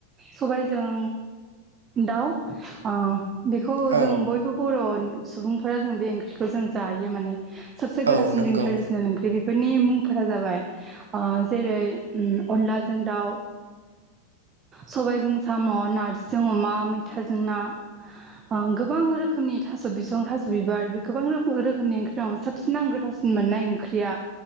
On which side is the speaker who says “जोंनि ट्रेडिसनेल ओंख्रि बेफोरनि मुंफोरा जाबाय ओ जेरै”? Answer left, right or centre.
Right